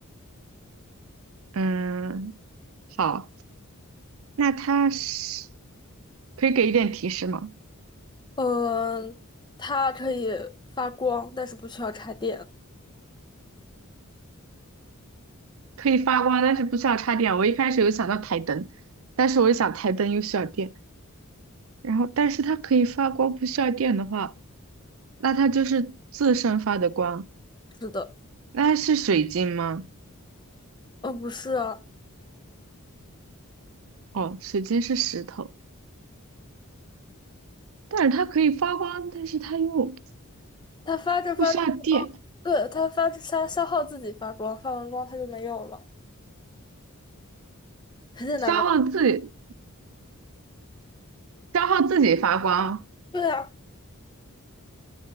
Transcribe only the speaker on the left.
嗯，它可以发光，但是不需要插电。
是的，
呃，不是啊，
它发着发着，
对，它发着它消耗自己发光，发完光它就没有了，很简单吧？
对啊，